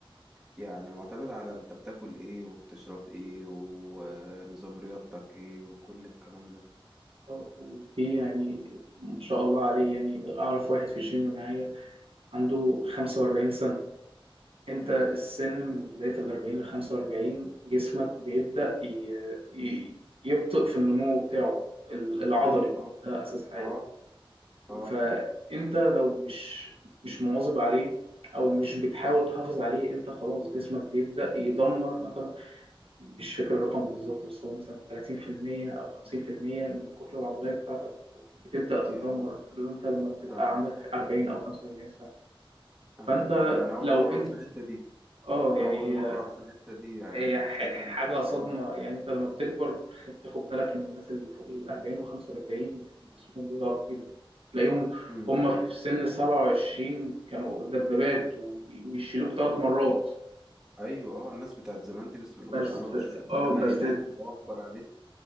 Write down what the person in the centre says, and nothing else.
يعني معتمد على انت بتاكل ايه وبتشرب ايه ونظام رياضتك ايه وكل الكلام ده
مم.
ايوه اه
اه اه
يا
اه
ايوه
اه انا اول
مرة اعرف
الحتة دي
اول مرة
اعرف الحتة دي يعني
بفتكر
اه
مم.
ايوه اه الناس بتاعت زمان دي بسم الله
ما شاء الله بشوف ناس
الثمانينات
الله اكبر عليه